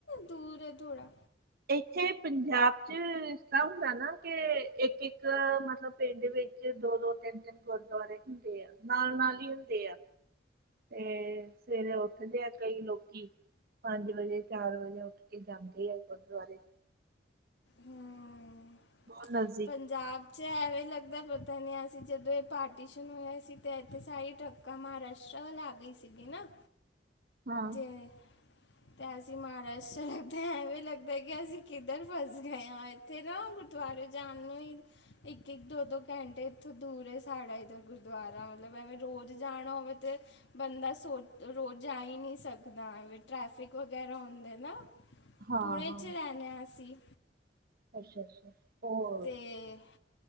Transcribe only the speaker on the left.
ਦੂਰ ਹੈ ਥੋੜ੍ਹਾ
ਹਮ
ਪੰਜਾਬ 'ਚ ਐਵੇਂ ਹੀ ਲੱਗਦਾ ਤਾ ਨਹੀਂ ਅਸੀਂ ਜਦੋਂ ਇਹ ਪਾਰਟੀਸ਼ਨ ਹੋਇਆ ਸੀ ਤਾਂ ਇੱਥੇ ਸਾਰੀ ਟਰੱਕਾਂ ਮਹਾਰਾਸ਼ਟਰ ਵੱਲ ਆ ਗਈ ਸੀਗੀ ਨਾ
ਜੇ ਤੇ ਅਸੀਂ ਮਹਾਰਾਸ਼ਟਰ ਲੱਗਦੇ ਐਵੇਂ ਲੱਗਦਾ ਕਿ ਅਸੀਂ ਕਿੱਧਰ ਫਸ ਗਏ ਹਾਂ ਫਿਰ ਗੁਰਦੁਆਰੇ ਜਾਣ ਨੂੰ ਇੱਕ ਇੱਕ ਦੋ ਦੋ ਘੰਟੇ ਇੱਥੋਂ ਦੂਰ ਸਾਡਾ ਇੱਧਰ ਗੁਰਦੁਆਰਾ ਮਤਲਬ ਮੈਂ ਰੋਜ਼ ਜਾਣਾ ਹੋਵੇ ਤੇ ਬੰਦਾ ਸੋਚ ਰੋਜ਼ ਜਾ ਹੀ ਨਹੀਂ ਸਕਦਾ ਟਰੈਫਿਕ ਵਗੈਰਾ ਹੁੰਦੇ ਨਾ।
ਪੁਣੇ
'ਚ ਰਹਿਣਾ ਅਸੀਂ।
ਤੇ